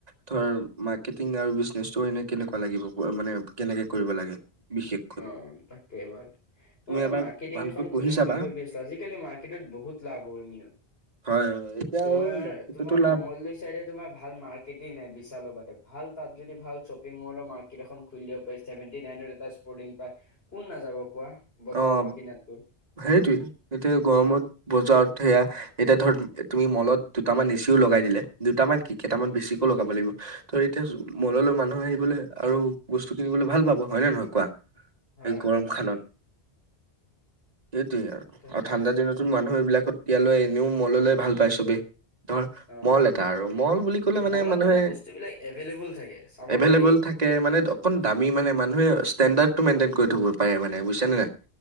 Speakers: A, on the right; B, on the left.
A: ধৰ, মাৰ্কেটিং আৰু বিজনেচটো এনে কেনেকুৱা লাগিব, মানে কেনেকে কৰিব লাগে, বিশেষ
B: অ', তাকে বা মই মানে
A: এবাৰ
B: মাৰ্কেটিং
A: ভালকৈ
B: এখন
A: পঢ়ি
B: খুলিম
A: চাবা
B: বুলি ভাবি আছোঁ, আজিকালি মাৰ্কেটত বহুত লাভ হয় ন।
A: হয়, হয়।
B: তোমাৰ,
A: আৰু মাৰ্কেটতো
B: তোমাৰ
A: লাভ
B: মংগলদৈ চাইডে তোমাৰ ভাল মাৰ্ক কেটেই নাই বিশালৰ বাদে, ভাল তাত যদি ভাল শ্বপিং মলৰ মাৰ্কেট এখন খুল দিব পাৰি, ছেভেণ্টি নাইনত এটা স্পৰ্টিং পাই, কোন নাযাব কোৱা? বজাৰৰ
A: অ',
B: পৰা কিনাতকৈ
A: সেইটোৱেই, এতিয়া গৰমত বজাৰত সেইয়া এতিয়া ধৰ, তুমি মলত দুটামান এচিও লগাই দিলে, দুটামান কি? কেইটামান
B: উম
A: বেছিকেওঁ লগাব লাগিব। ধৰ, এতিয়া মললৈ মানুহে আহিবলৈ আৰু বস্তু কিনিবলৈ ভাল পাব, হয় নে নহয় কোৱা?
B: হয়
A: এই গৰম
B: তাকে
A: খানত। এইটোৱেই আৰু,
B: তাকে
A: আৰু ঠাণ্ডা দিনতো মানুহ এইবিলাকত ইয়ালৈ আহিলেও এনেও মললে ভাল পায়, চবেই। ধৰ,
B: অ
A: মল এটা আৰু, মল বুলি ক'লে মানে
B: মলত
A: মানুহে,
B: বস্তু বিলাক এভেইলেবল থাকে চাব
A: এভেইলেবল
B: পাৰি
A: থাকে কে মানে, অকণ দামী মানে, মানুহে ষ্টেণ্ডাৰ্ড মেইনটেইন কৰি থ'ব পাৰে মানে, বুজিছেনে নাই?